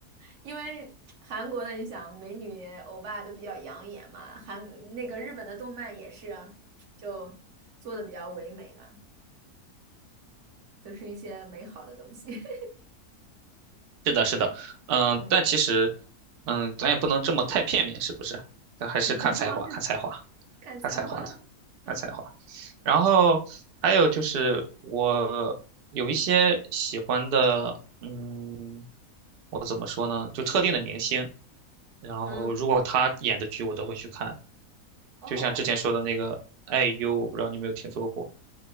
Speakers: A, on the right; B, on the right.
A: 因为韩国的你想美女欧巴都比较养眼嘛，韩那个日本的动漫也是啊就做的比较唯美嘛，都是一些美好的东西。<laughs>
B: 是的，是的，嗯，
A: 嗯
B: 但其实，嗯，咱也不能这么太片面，是不是？咱还是看才华，
A: 嗯，<laughs> 然后就
B: 看才华，
A: 看才华。
B: 看才华的，
A: <laughs> 嗯
B: 看才华。然后还有就是我有一些喜欢的，嗯，我怎么说呢？就特定的明星，然后如果他演的剧我都会去看，
A: 嗯，哦，
B: 就像之前说的那个 IU，我不知道你有没有听说过，